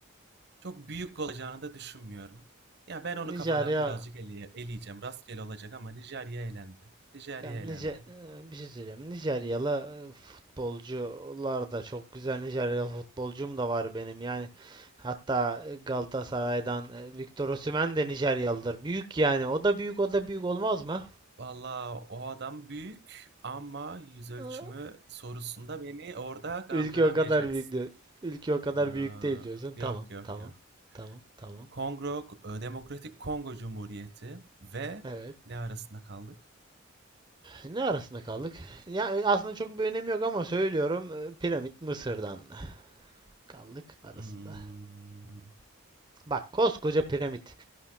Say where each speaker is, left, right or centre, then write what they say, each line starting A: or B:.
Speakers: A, on the right; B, on the right.
A: Çok büyük olacağını da düşünmüyorum. Ya ben onu
B: Nijerya
A: kafadan birazcık eleye- eleyeceğim. Rastgele olacak ama Nijerya elendi. Nijerya
B: yani
A: elendi.
B: Nice e, bir şey söyleyeyim. Nijeryalı e, futbolcular da çok güzel Nijeryalı futbolcum da var benim. Yani hatta e, Galatasaray'dan e, Victor Osimhen de Nijeryalıdır. Büyük yani. O da büyük, o da büyük olmaz mı?
A: Valla o adam büyük ama yüz ölçümü
B: <laughs>
A: sorusunda beni orada kandıramayacaksın.
B: Ülke o kadar büyük diyor. Ülke o kadar
A: Ya,
B: büyük değil diyorsun. Tamam,
A: yok yok
B: tamam,
A: yok.
B: tamam, tamam.
A: Kongo, e, Demokratik Kongo Cumhuriyeti ve
B: Evet.
A: ne arasında kaldık?
B: Ne arasında kaldık? Ya e, aslında çok bir önemi yok ama söylüyorum. e, Piramit Mısır'dan kaldık arasında.
A: Hmm,
B: Bak koskoca piramit.